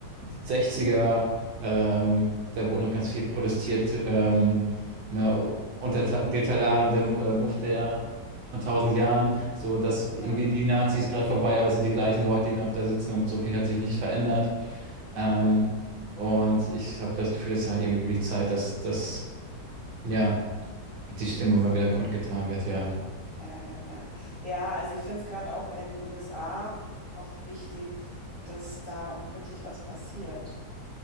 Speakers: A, on the right; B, on the left.
A: 60er, ähm, da wurde noch ganz viel protestiert, ähm, ne,
B: Mhm.
A: unter ta- Detallarendem äh, Muff der von tausend Jahren, so dass irgendwie
B: Ja,
A: die Nazis
B: ja,
A: gerade vorbei,
B: ja,
A: aber es sind die gleichen Leute, die noch da sitzen und so viel hat sich nicht verändert. Ähm,
B: ja,
A: und ich habe das Gefühl, es ist halt irgendwie wirklich Zeit, dass das, ja, die
B: dass
A: Stimme
B: sich was
A: mal
B: ändert.
A: wieder kundgetan wird, ja.
B: Ja, ja, ja. Ja, Ja, also ich finde es gerade auch in USA auch wichtig, dass da wirklich was passiert.